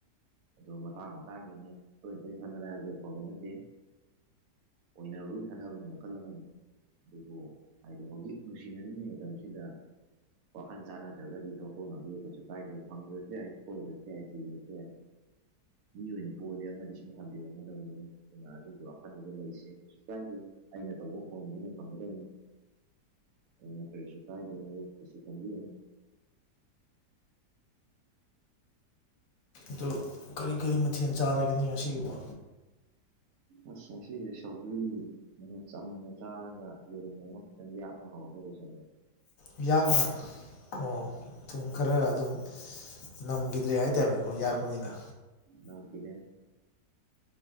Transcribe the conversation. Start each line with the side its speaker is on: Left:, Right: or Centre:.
Right: ꯑꯗꯨ ꯃꯇꯥꯡ ꯃꯇꯥꯡꯒꯤꯅꯤ ꯇꯣꯏ‌ ꯇꯣꯏ ꯈꯠꯅꯔꯦ ꯍꯥꯏꯕꯁꯨ ꯑꯐꯕ ꯅꯠꯇꯦ ꯑꯣꯏꯅꯕꯒꯤ ꯈꯠꯅꯕꯅ ꯃꯈꯜ ꯑꯃꯅꯤ ꯑꯗꯨꯕꯨ ꯍꯥꯏꯗꯤ ꯍꯧꯖꯤꯛ ꯅꯨꯡꯁꯤꯅꯔꯤꯉꯩ ꯃꯇꯝꯁꯤꯗ ꯋꯥꯈꯜ ꯆꯥꯟꯅꯗ꯭ꯔꯒꯗꯤ ꯇꯣꯛꯊꯣꯛꯅꯕꯤ ꯀꯩꯁꯨ ꯀꯥꯏꯗꯦ ꯐꯪꯗ꯭ꯔꯁꯨ ꯌꯥꯏ ꯀꯣꯏꯗ꯭ꯔꯥꯁꯨ ꯌꯥꯏ ꯊꯤꯕꯁꯨ ꯌꯥꯏ <inaudible> ꯃꯤ ꯑꯣꯏꯅ ꯄꯣꯛꯑꯗꯤ ꯑꯃꯗꯤ ꯁꯨꯝ ꯊꯝꯕꯤꯔꯝꯗꯧꯕꯅꯤ ꯑꯗꯨꯅ ꯑꯗꯨꯒꯤ ꯋꯥꯈꯜꯗꯨꯗ ꯂꯩꯁꯤ ꯀꯩꯁꯨ ꯀꯥꯏꯗꯦ ꯑꯩꯅ ꯇꯧꯕ ꯐꯣꯟꯅꯤ ꯑꯩꯅ ꯐꯪꯒꯗꯧꯅꯤ ꯑꯗꯨꯅ ꯀꯩꯩꯔꯤꯁꯨ ꯀꯥꯏꯗꯦ ꯑꯗꯨ ꯀꯩꯁꯨ ꯈꯟꯕꯤꯔꯨꯅꯨ
Left: ꯑꯗꯨ ꯀꯔꯤ ꯀꯔꯤ ꯃꯊꯦꯜ ꯆꯥꯔꯒꯦꯅꯦ ꯉꯁꯤꯒꯤꯕꯣ
Right: ꯑꯁ ꯉꯁꯤꯗꯤ ꯁꯧꯒꯔꯤ ꯑꯗꯨꯅ ꯆꯝꯅ ꯆꯥꯔꯒ ꯌꯦꯔꯨꯝ ꯑꯃ ꯈꯤꯇꯪ ꯌꯥꯛꯅ ꯍꯧꯔꯒ ꯂꯣꯏꯁꯟꯂꯦ
Left: ꯌꯥꯛꯅ ꯑꯣ ꯊꯨꯝ ꯈꯔ ꯑꯗꯨꯝ ꯅꯝꯈꯤꯗ꯭ꯔꯦ ꯍꯥꯏꯇꯥꯝꯅꯤꯀꯣ ꯌꯥꯛꯄꯅꯤꯅ
Right: ꯅꯝꯈꯤꯗꯦ